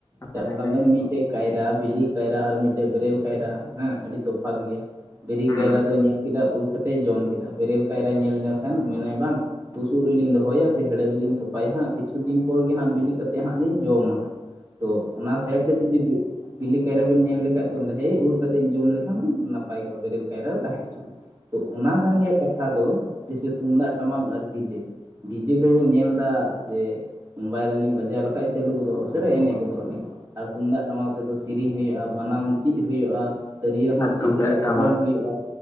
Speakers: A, on the right; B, on the left.
A: ᱥᱟᱵ
B: ᱦᱳᱭ
A: ᱠᱟᱜ
B: ᱞᱟᱹᱭ
A: ᱵᱤᱱ ᱢᱤᱫᱴᱮᱡ <unintelligible> ᱵᱤᱞᱤ ᱠᱟᱭᱨᱟ ᱟᱨ ᱢᱤᱫᱴᱮᱡ ᱵᱮᱨᱮᱞ ᱠᱟᱭᱨᱟ ᱦᱮᱸ ᱟᱹᱰᱤ ᱛᱚᱯᱷᱟᱛ ᱜᱮᱭᱟ, ᱵᱤᱞᱤ
B: ᱦᱩᱸ
A: ᱠᱟᱭᱨᱟ ᱫᱚ ᱧᱮᱞ ᱠᱮᱫᱟ ᱩᱨ ᱠᱟᱛᱮ ᱡᱚᱢ ᱠᱮᱫᱟ ᱵᱮᱨᱮᱞ ᱠᱟᱭᱨᱟᱭ ᱧᱮᱞ ᱞᱮᱠᱷᱟᱱ ᱢᱮᱱᱟᱭ ᱵᱟᱝ ᱵᱩᱥᱩᱵ ᱨᱮᱞᱤᱧ ᱫᱚᱦᱚᱭᱟ ᱥᱮ ᱦᱮᱲᱮ ᱨᱮᱞᱤᱧ ᱛᱚᱯᱟᱭᱟ ᱦᱟᱸᱜ ᱠᱤᱪᱷᱩ ᱫᱤᱱᱚᱨ ᱜᱮ ᱦᱟᱸᱜ ᱵᱤᱞᱤ ᱠᱟ ᱠᱟᱛᱮᱜ ᱦᱟᱸᱜ ᱞᱤᱧ ᱡᱚᱢᱟ ᱾ ᱛᱚ ᱚᱱᱟ ᱥᱟᱭᱤᱰ ᱨᱮ ᱡᱩᱫᱤ ᱵᱤᱞᱤ ᱠᱟᱭᱨᱟ ᱵᱮᱱ ᱧᱮᱞ ᱞᱮᱠᱷᱟᱡ ᱫᱚ ᱦᱮᱸ ᱩᱨ ᱠᱟᱛᱮᱜ ᱤᱧ ᱡᱚᱢ ᱞᱮᱠᱷᱟᱱ ᱱᱟᱯᱟᱭ ᱠᱚᱜ-ᱟ ᱵᱮᱨᱮᱞ ᱠᱟᱭᱨᱟ ᱫᱚ ᱛᱟᱦᱮᱸ ᱦᱚᱪᱚᱱᱤᱡ ᱾ ᱛᱚ ᱚᱱᱟ ᱠᱟᱱ ᱜᱮᱭᱟ ᱠᱟᱛᱷᱟ ᱫᱚ ᱡᱮᱭᱥᱮ ᱛᱩᱢᱫᱟᱜ ᱴᱟᱢᱟᱠ ᱟᱨ ᱰᱤᱡᱮ ᱰᱤᱡᱮ ᱫᱚᱵᱚ ᱧᱮᱞᱫᱟ ᱡᱮ ᱢᱳᱵᱟᱭᱤᱞ ᱨᱮᱞᱤᱧ ᱵᱟᱡᱟᱣ ᱞᱮᱠᱷᱟᱡ ᱪᱟᱹᱞᱩ ᱜᱚᱫᱚᱜ-ᱟ ᱩᱥᱟᱹᱨᱟ ᱮᱱᱮᱡ ᱜᱚᱫᱚᱜ ᱟᱹᱤᱧ ᱟᱨ ᱛᱩᱢᱫᱟᱜ ᱴᱟᱢᱟᱠ ᱛᱮᱫᱚ ᱥᱮᱨᱤᱧ ᱦᱩᱭᱩᱜ-ᱟ ᱵᱟᱱᱟᱢ ᱪᱮᱜ ᱦᱩᱭᱩᱜ-ᱟ ᱛᱤᱨᱭᱟᱹ ᱦᱚᱸ
B: ᱟᱨ
A: ᱪᱮᱫ
B: ᱛᱩᱢᱫᱟᱜ
A: ᱦᱩᱭᱩᱜ-ᱟ
B: ᱴᱟᱢᱟᱠ
A: ᱚᱨᱚᱝ ᱦᱩᱭᱩᱜ-ᱟ᱾